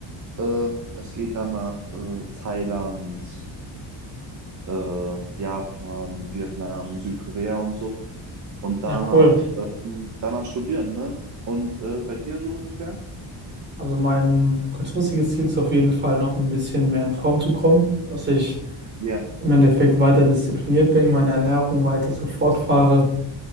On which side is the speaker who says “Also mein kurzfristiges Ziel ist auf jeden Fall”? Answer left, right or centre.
Right